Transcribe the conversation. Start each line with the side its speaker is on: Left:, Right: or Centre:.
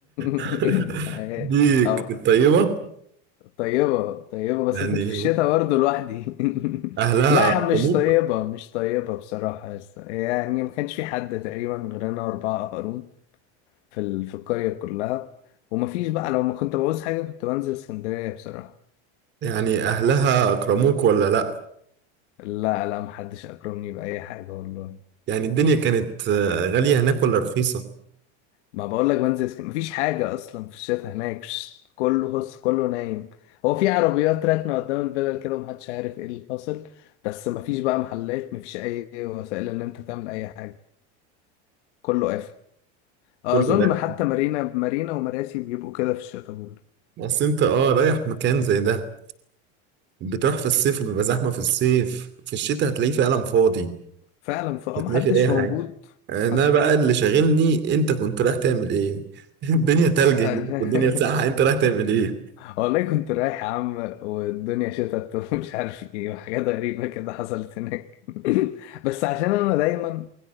Left: <laughs>
Right: <laughs> دي
Left: أو-
Right: كانت طيبة
Left: طيبه طيبه بس
Right: يعني
Left: انا كنت في الشتاء برضه لوحدي <laughs>
Right: أهلها
Left: لا يا
Right: أكرموك
Left: عم مش طيبه مش طيبه بصراحه يا اسطى. يعني ما كانش في حد تقريبا غير انا واربعه قهرون في ال... في القريه كلها وما فيش بقى لو ما كنت بعوز حاجه كنت بنزل اسكندريه بصراحه
Right: يعني أهلها أكرموك ولا لأ
Left: لا لا ما حدش اكرمني باي حاجه والله
Right: يعني الدنيا كانت آه، غالية هناك ولا رخيصة
Left: ما بقول لك بنزل اسكندريه مفيش حاجه اصلا في الشتاء هناك شت، كله هص كله نايم هو في عربيات راكنه قدام الفلل كده ومحدش عارف ايه اللي حاصل بس مفيش بقى محلات مفيش اي وسائل ان انت تعمل اي حاجه كله قافل اظن
Right: كل ده
Left: حتى مارينا مارينا ومراسي بيبقوا كده في الشتاء برضه
Right: بس أنت أه رايح مكان زي ده بتروح في الصيف بيبقى زحمة في الصيف في الشتاء هتلاقيه فعلا فاضي
Left: فعلا فاه
Right: مش
Left: محدش
Right: هتلاقي فيه أي حاجة
Left: موجود
Right: أنا
Left: حصل
Right: بقى اللي شاغلني أنت كنت رايح تعمل إيه <laughs> الدنيا تلج
Left: <laughs>
Right: هناك والدنيا ساقعة أنت رايح تعمل إيه
Left: والله كنت رايح يا عم والدنيا شتت ومش عارف ايه وحاجات غريبة كده حصلت هناك <laughs> بس عشان انا دايما